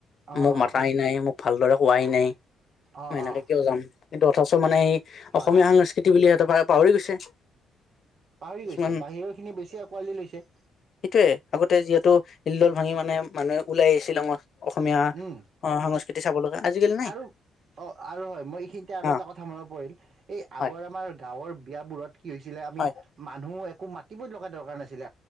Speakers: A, on the right; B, on the left.
A: অ
B: মোক
A: অ
B: মাতায় নাই মোক। ভালদৰে কোৱাই নাই
A: অ
B: মই এনেকে
A: অ
B: কিয় যাম। যথাচৰ মানে এই
A: হয়
B: অসমীয়া
A: হয়
B: সংস্কৃতি বুলি সিহঁতে পা - পাহৰি গৈছে।
A: পাহৰি
B: কিছুমান
A: গৈছে বাহিৰৰ খিনি বেছি আঁকোৱালি লৈছে।
B: সেইটোৱে আগতে যিহেতু হিলডল ভাঙি মানে মানুহে ওলাই আহিছিল সঙ অসমীয়া।
A: উম
B: অ সংস্কৃতি চাব লগা আজিকালি নাই।
A: আৰু অ আৰু হয় মই এইখিনিতে আৰু
B: অ
A: এটা কথা মনত পৰিল এই আগৰ
B: হয়
A: আমাৰ গাঁৱৰ বিয়াবোৰত। কি হৈছিলে আমি
B: হয়
A: মানুহ একো মাতিব লগা দৰকাৰ নাছিলে